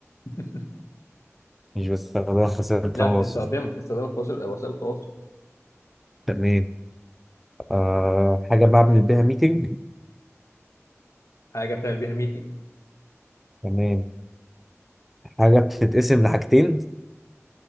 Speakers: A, on the left; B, in the centre.
A: <laughs>
B: مش بستخدمها في وسائل التواصل
A: لا بتستخدمها بتستخدمها في وسائل وسائل التواصل
B: تمام آه حاجة بعمل بيها ميتنج
A: حاجة بتعمل بيها ميتنج
B: تمام حاجة بتتقسم لحاجتين